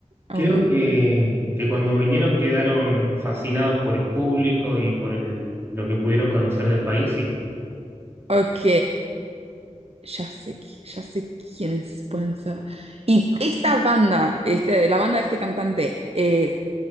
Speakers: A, on the right; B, on the right.
A: a
B: Creo
A: uno.
B: que, que cuando vinieron quedaron fascinados por el público y por el, lo que pudieron conocer del país, sí. <laughs>
A: Ok, ya sé, qui- ya sé quiénes pueden ser. ¿Y esta banda, este, la banda de este cantante, eh,